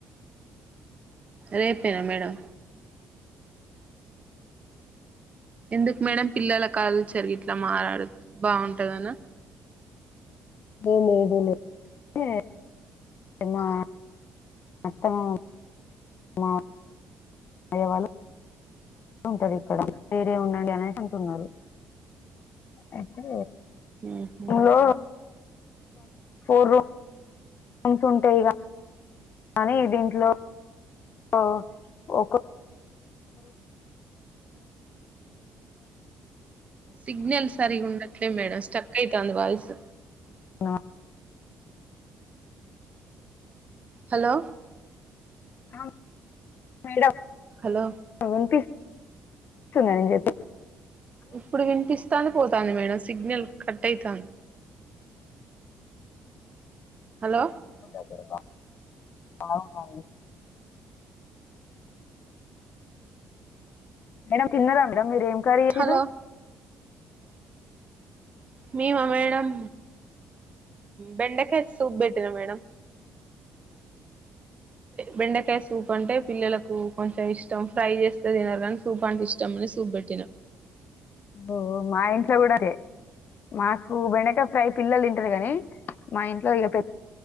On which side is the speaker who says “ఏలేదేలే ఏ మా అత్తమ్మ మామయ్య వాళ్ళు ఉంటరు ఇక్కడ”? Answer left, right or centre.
Left